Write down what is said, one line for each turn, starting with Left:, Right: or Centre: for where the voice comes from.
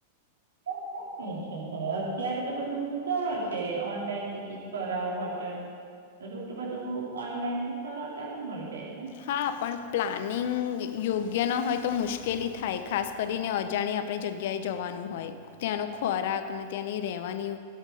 Right: શું ટેન્શન થાય અત્યારે તો બધું સરળ છે તે ઓનલાઇન ટિકિટ કરાવ હોટલ રૂટ બધું ઓનલાઈન થી સરળતાથી મળી જાય છે ને
Left: હા પણ પ્લાનિંગ યોગ્ય ન હોય તો મુશ્કેલી થાય ખાસ કરીને અજાણી આપણી જગ્યાએ જવાનું હોય ત્યાંનો ખોરાક ને ત્યાંની રહેવાની